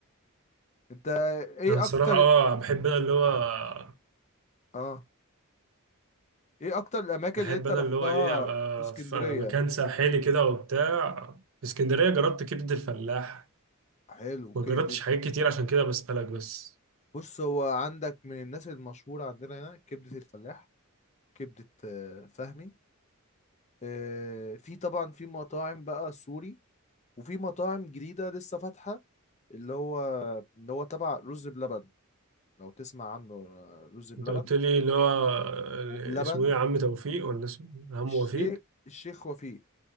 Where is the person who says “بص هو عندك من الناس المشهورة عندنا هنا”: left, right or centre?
Left